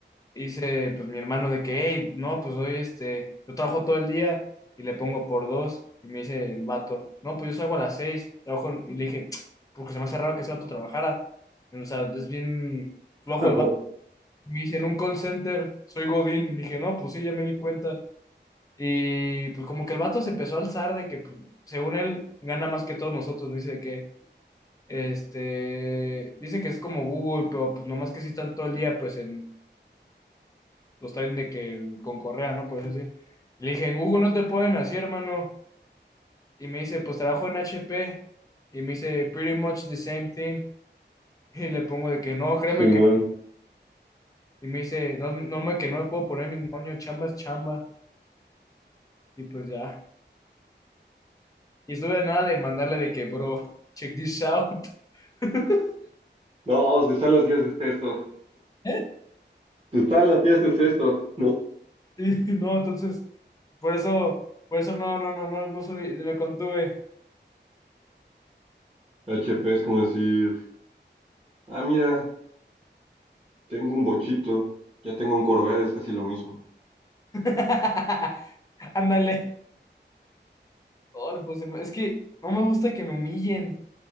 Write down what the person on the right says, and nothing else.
Ajá.
Simón.
No, se está hacías de esto.
Se está hacías de esto. No.
HP es como decir, ah, mira, tengo un bochito, ya tengo un Corvette, es casi lo mismo.